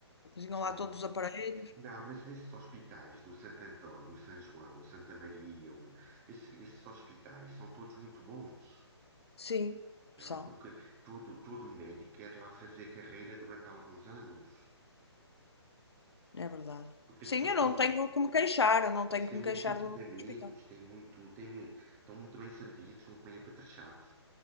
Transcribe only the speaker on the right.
Ah,
não, mas nesses hospitais do Santo António, o São João, o Santa Maria, o- esse- esses hospitais são todos muito bons,
eh,
porque todo, todo médico quer lá fazer carreira durante alguns anos,
porque
eles depois
têm, mu-
Eles têm
muitos
equipamentos,
têm muito, têm muito, estão muito bem servidos, são muito bem apetrechados.